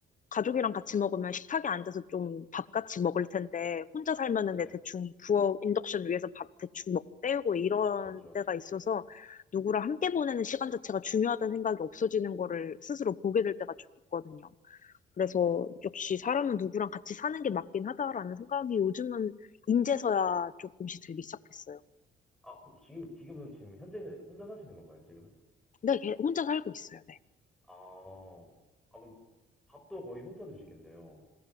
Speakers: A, on the left (about 40°); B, in the centre.
A: 가족이랑 같이 먹으면 식탁에 앉아서 좀 밥 같이 먹을 텐데 혼자 살면은
B: 네,
A: 내 대충 부엌 인덕션 위에서 밥 대충 먹 때우고 이런
B: 맞죠, 맞죠.
A: 때가
B: 맞죠.
A: 있어서 누구랑 함께 보내는 시간 자체가 중요하다는 생각이 없어지는 거를 스스로 보게 될 때가 좀 있거든요. 그래서
B: 어,
A: 역시 사람은 누구랑 같이 사는 게 맞긴 하다라는 생각이 요즘은 인제서야 조금씩 들기 시작했어요.
B: 아, 지금 지금은 지금 현재 혼자 사시는 건가요, 지금은?
A: 근데 걔 혼자 살고 있어요, 네.
B: 아, 어, 아, 그럼, 밥도 거의 혼자 드시겠네요.